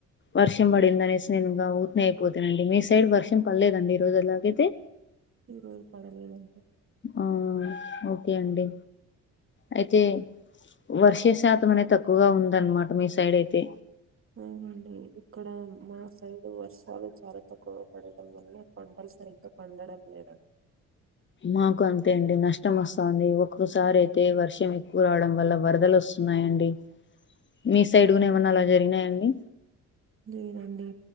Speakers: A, on the left (about 40°); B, on the right (about 45°).
A: వర్షం పడిందనే నేను ఇంగ ఊరుకనే అయిపోతినండి మీ సైడ్ వర్షం పల్లెదండి ఈ రోజులాగైతే
B: ఈ రోజు పడలేదండి
A: ఆ ఓకే అండి అయితే వర్ష శాతం అనేది తక్కువగా ఉందనమాట మీ సైడ్ అయితే
B: అవునండి ఇక్కడ మా సైడు వర్షాలు చాలా తక్కువ పడటం వల్ల పంటలు సరిగ్గా పండడం లేదండి
A: మాకు అంతే అండి నష్టం వస్తుంది ఒక్కసారి అయితే వర్షం ఎక్కువ రావడం వల్ల వరదలు వస్తున్నాయండి మీ సైడ్ కూడా ఏమన్నా అలా జరిగినాయాండి
B: లేదండి